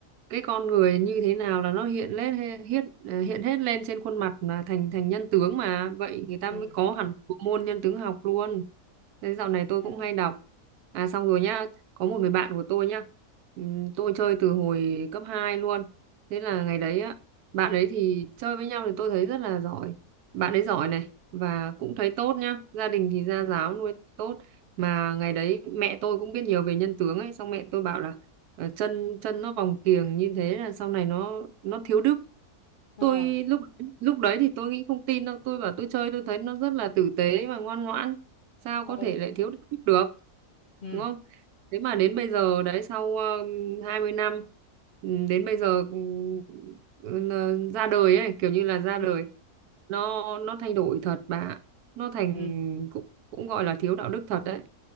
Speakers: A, on the right; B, on the left.
A: cái con người như thế nào là nó hiện lên he- hiện hiện hết lên trên khuôn mặt là thành thành nhân tướng mà vậy người ta
B: ừ
A: mới có hẳn bộ môn nhân tướng học luôn thế dạo này tôi
B: à,
A: cũng hay đọc à xong rồi nhá có một người bạn của tôi nhá ừm, tôi chơi từ hồi cấp 2 luôn thế là
B: ừ
A: ngày đấy á bạn ấy thì chơi với nhau thì tôi thấy rất là giỏi bạn ấy giỏi này và cũng thấy tốt nhá gia đình thì gia
B: ừ
A: giáo nuôi tốt mà ngày đấy mẹ tôi cũng biết nhiều về nhân tướng ấy xong mẹ tôi bảo là ờ, chân chân nó vòng kiềng như thế là sau này nó nó thiếu đức
B: à,
A: tôi lúc lúc đấy thì tôi nghĩ không tin đâu tôi bảo tôi chơi tôi thấy nó rất là tử tế và ngoan ngoãn sao
B: ừ
A: có thể lại thiếu đức được
B: ừ
A: đúng không thế mà đến bây giờ đấy sau ờ, hai mươi năm ừm, đến bây giờ ừm, ừ, ờ, ra đời ấy kiểu như là ra
B: ừ
A: đời nó nó thay đổi thật bà ạ. nó thành
B: ừ
A: cũng cũng gọi là thiếu đạo đức thật đấy